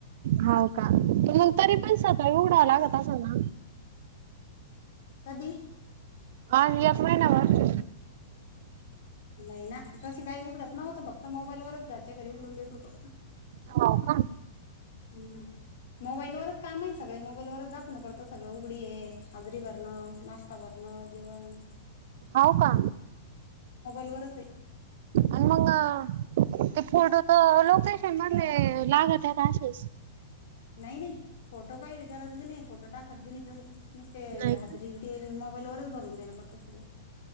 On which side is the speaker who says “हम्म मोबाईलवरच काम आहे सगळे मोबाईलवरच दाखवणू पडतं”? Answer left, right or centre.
Left